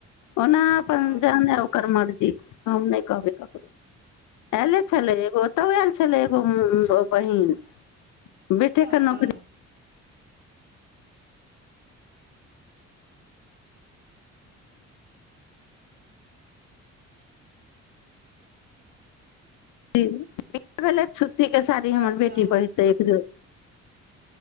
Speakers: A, on the left; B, on the right.
A: ओना जेहन
B: हँ तो
A: नहि
B: की
A: अकर मज्री हम नहि कहबै ककरो आयले छलै एगो ओतहु आयल छलै एगो बहिन बेटे
B: हँ
A: क
B: हँ,
A: नौकरी भेलथि छुतीके साड़ी हमर
B: अच्छा
A: बेटी
B: हँ
A: पहिरतै एक जोर